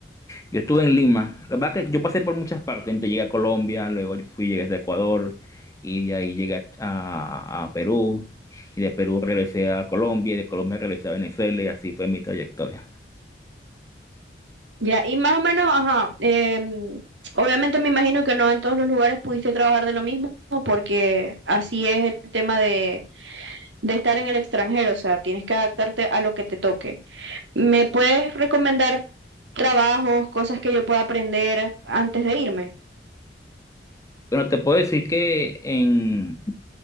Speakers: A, on the left; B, on the right.
A: Yo estuve en Lima. La verdad que yo pasé por muchas partes. Entonces llegué a Colombia, luego yo fui, llegué a Ecuador y de ahí llegué a, a Perú. Y de Perú regresé a Colombia y de Colombia regresé a Venezuela y así fue mi trayectoria.
B: Ya, y más o menos, ajá, em, obviamente me imagino que no en todos los lugares pudiste trabajar de lo mismo, porque así es el tema de, de estar en el extranjero, o sea, tienes que adaptarte a lo que te toque. ¿Me puedes recomendar trabajos, cosas que yo pueda aprender antes de irme?
A: Bueno, te puedo decir que en,